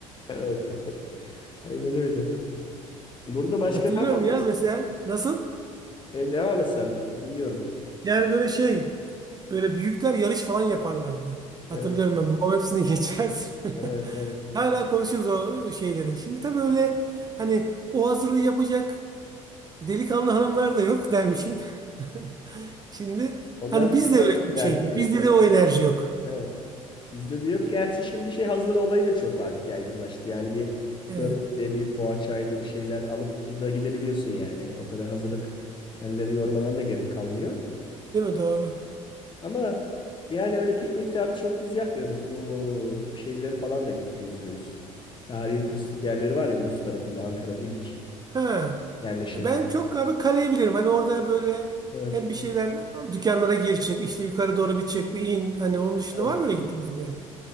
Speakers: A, on the left; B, on the right.
A: Evet. <laughs> Aynen öyle. Burada
B: <laughs>
A: başka
B: Hatırlıyorum
A: ne yapabiliriz?
B: ya mesela. Nasıl?
A: E, devam et sen. Dinliyorum.
B: Yani böyle şey. Böyle büyükler yarış falan yaparlardı. Hatırlıyorum
A: Evet,
B: ben. Babam hepsini <laughs> geçerdi. <laughs>
A: evet, evet.
B: Hala konuşuruz o şeyleri. Şimdi tabii öyle hani o hazırlığı yapacak Delikanlı hanımlar da yok dermişim. <laughs> Şimdi
A: Onlar
B: hani
A: da
B: bizde
A: bizden
B: öyle
A: bir
B: bir
A: erkeği.
B: şey değil. Bizde de o enerji yok.
A: Evet. Bizde de yok. Gerçi şimdi şey hazır olayı da çok artık yaygınlaştı. Yani bir
B: Evet.
A: börekte, bir poğaçaydı bir şeyler alıp gide, gidebiliyorsun yani. O kadar hazırlık kendilerini yormalarına da gerek kalmıyor.
B: Değil mi? Doğru.
A: Ama yani öyle piknik tarzı çok biz yapmıyoruz. Bu şeyleri falan da ge- geziyoruz. Tarihi turistik yerleri var ya Ulus tarafında Ankara'nın ilk
B: Ha.
A: yerleşim.
B: Ben çok abi kaleyi bilirim. Hani orada böyle
A: Evet.
B: hep bir şeyler dükkanlara gir çık. işte yukarı doğru bir çık bir in. Hani onun dışında
A: Evet.
B: var mı öyle gittiğiniz bir yer?